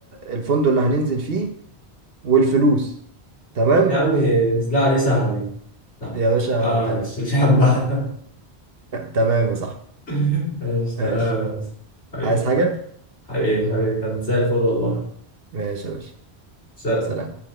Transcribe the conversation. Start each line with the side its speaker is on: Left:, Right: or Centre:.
Right: الفندق اللي هننزل فيه والفلوس تمام
Left: يا عمي لا دي سهلة دي لا
Right: يا باشا
Left: ما
Right: تمام
Left: تشيلش همها
Right: تمام يا صاحبي
Left: <laughs> ماشي تمام.
Right: ماشي
Left: حبيبي
Right: عايز حاجة
Left: حبيبي حبيبي كان زي الفل والله
Right: ماشي يا باشا
Left: سلام
Right: سلام